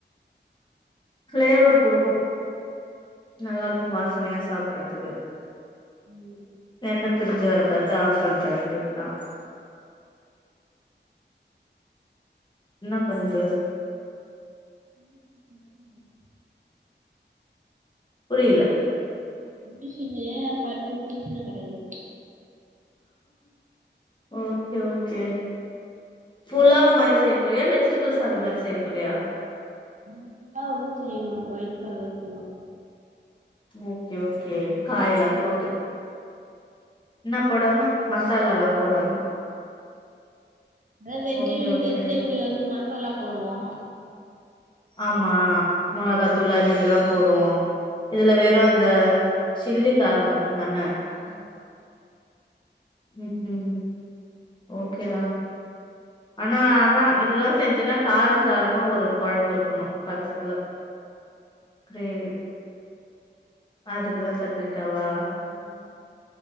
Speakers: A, on the left; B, on the right.
A: ஃபிளேவர் கொடுக்கு நல்லா இருக்கு வாசனையா சாப்புறதுக்கு
B: ம்
A: எண்ண பிரிஞ்சி வர பாத்து ஆஃப் பண்ற வேண்டியதா இன்னா பண்து
B: <inaudible>
A: புரியில
B: முனிஷனு பத்து ஃபிஷ்னு கெடயாது
A: ஓகே ஓகே ஃபுலாவ் மாரி செய்ய போறியா வெஜிடபிள் சாத மாரி செய்ய போறியா
B: இங்க ஃபுலாவ்தா செய்யணு white colour pulao
A: okay okay காய் எல்லா போட்டு இன்ன போடாம மசாலலா போடாம
B: அத வெஜ்ஜி
A: ஓகே ஓகே
B: வெஜிடபிளுல வந்து மசாலா போடுவோ
A: ஆமா மெளகா தூள் அது இதுல்லா போடுவோ இதுல வெறு அந்த சில்லிக்கார மட்டுதானே
B: ஆமா
A: ம் ம் ஓகேதா ஆனா அதா இதுல்லா செஞ்சனா காரஞ் சாரமா ஒரு கொழம்பு இருக்கணு பக்கத்துல கிரேவி அதுக்குதா கத்திரிக்காவா
B: ம்